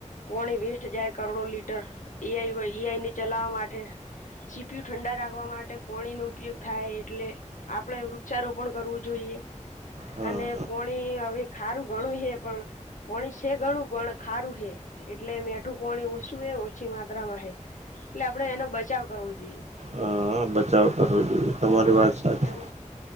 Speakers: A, on the left; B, on the right.
A: પોણી વેસ્ટ જાય કરોડો લીટર એઆઈ એઆઈ ને ચલાવવા માટે ચીપિયુ ઠંડા રાખવા માટે પાણીનો ઉપયોગ થાય એટલે આપણે વૃક્ષારોપણ કરવું જોઈએ.
B: હા
A: અને પોણી હવે ખારું ઘણું હે પણ પોણી છે, ઘણું પણ ખારું હે એટલે મેઠું કોણી ઓછું એ ઓછી માત્રામાં હે એટલે આપણેે એનો બચાવ કરવો જોઈએ.
B: હ હ બચાવ કરવો જોઈએ તમારી
A: તમારું
B: વાત
A: શું
B: સાચી
A: કેવું